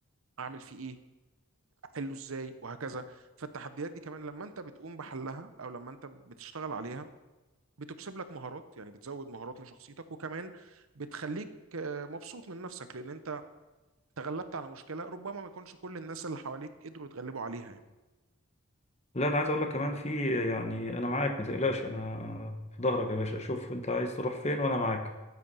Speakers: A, on the right (about 65°); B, on the left (about 30°).
A: اعمل فيه ايه احله ازاي وهكذا فالتحديات دي كمان لما انت بتقوم بحلها او لما انت بتشتغل عليها بتكسب لك مهارات يعني بتزود مهارات لشخصيتك وكمان بتخليك آه، مبسوط من نفسك لان انت تغلبت على مشكلة ربما ما يكونش كل الناس اللي حواليك قدروا يتغلبوا عليها يعني.
B: لا انا عايز اقول لك كمان في يعني انا معاك ما تقلقش انا في ظهرك يا باشا شوف انت عايز تروح فين وانا معاك